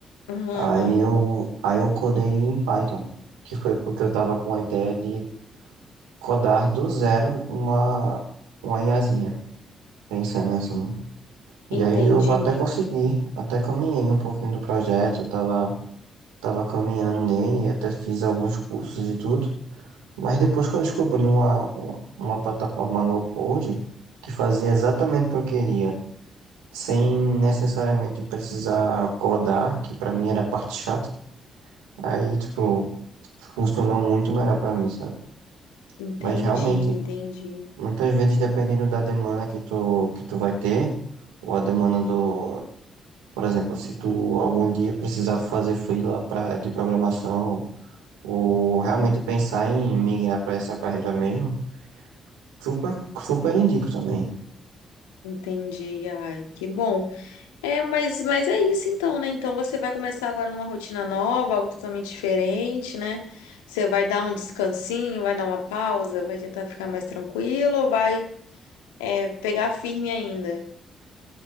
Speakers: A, on the left (about 85°); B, on the right (about 80°).
A: Aham,
B: Aí
A: aham.
B: eu, aí eu codei em Python que foi porque eu tava com a ideia de codar do zero uma, uma IAzinha, pensando assim. E
A: Entendi,
B: aí eu até consegui, até caminhei um pouquinho do projeto, tava, tava caminhando nele, até fiz alguns cursos e tudo. Mas depois que eu descobri uma, uma plataforma no code que fazia exatamente o que eu queria, sem necessariamente precisar codar, que pra mim era a parte chata, aí, tipo, funcionou muito melhor pra mim, sabe?
A: entendi,
B: Mas realmente,
A: entendi,
B: Muitas vezes, dependendo da demanda que tu, que tu vai ter, ou a demanda do, por exemplo, se tu algum dia precisar fazer freela pra, de programação, ou realmente pensar em migrar para essa carreira mesmo, super, super indico também.
A: entendi. Ai, que bom. É, mas, mas é isso então, né? Então você vai começar agora numa rotina nova, algo totalmente diferente, né? Você vai dar um descansinho, vai dar uma pausa, vai tentar ficar mais tranquilo ou vai, é, pegar firme ainda?